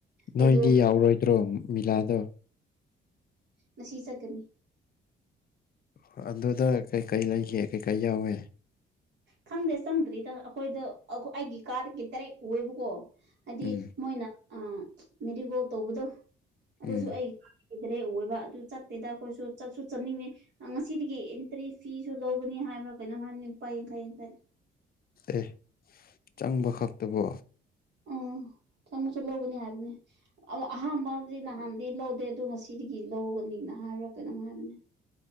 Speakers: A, on the left; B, on the right.
A: ꯅꯣꯏꯗꯤ
B: ꯑꯩꯗꯣ
A: ꯌꯥꯎꯔꯣꯏꯗ꯭ꯔꯣ ꯃꯤꯂꯥꯗꯣ
B: ꯃꯁꯤ ꯆꯠꯀꯅꯤ
A: ꯍ ꯑꯗꯨꯗ ꯀꯩꯀꯩ ꯂꯩꯒꯦ ꯀꯩꯀꯩ ꯌꯥꯎꯋꯦ
B: ꯈꯪꯗꯦ ꯆꯪꯗ꯭ꯔꯤꯗ ꯑꯩꯈꯣꯏꯗ ꯑꯩꯒꯤ ꯀꯥꯗꯒꯤ ꯇꯗꯥꯔꯦꯛ ꯎꯑꯦꯕꯀꯣ ꯍꯥꯏꯗꯤ
A: ꯎꯝ
B: ꯃꯣꯏꯅ ꯃꯦꯔꯤꯒꯣꯜ ꯇꯧꯕꯗꯣ ꯑꯗꯨꯁꯨ
A: ꯎꯝ
B: ꯑꯩ ꯂꯩꯗ꯭ꯔꯦ ꯑꯣꯏꯕ ꯑꯗꯨ ꯆꯠꯇꯦꯗ ꯑꯩꯈꯣꯏꯁꯨ ꯆꯠꯁꯨ ꯆꯠꯅꯤꯡꯉꯤ ꯉꯁꯤꯗꯒꯤ ꯑꯦꯟꯇ꯭ꯔꯤ ꯐꯤꯁꯨ ꯂꯧꯒꯅꯤ ꯍꯥꯏꯕ꯭ꯔꯥ ꯀꯩꯅꯣ ꯍꯥꯏꯅꯤ ꯂꯨꯄꯥ ꯌꯥꯡꯈꯩ ꯌꯥꯡꯈꯩ
A: ꯑꯦ ꯆꯪꯕ ꯈꯛꯇꯕꯣ
B: ꯎꯝ ꯆꯪꯃꯁꯨ ꯂꯧꯒꯅꯤ ꯍꯥꯏꯕꯅꯦ ꯑꯍꯥꯟꯕꯗꯤ ꯅꯍꯥꯟ ꯗꯤ ꯂꯧꯗꯦ ꯑꯣ ꯉꯁꯤꯗꯒꯤ ꯂꯧꯒꯅꯤꯅ ꯍꯥꯏꯕ꯭ꯔꯥ ꯀꯩꯅꯣꯝ ꯍꯥꯏꯕꯅꯦ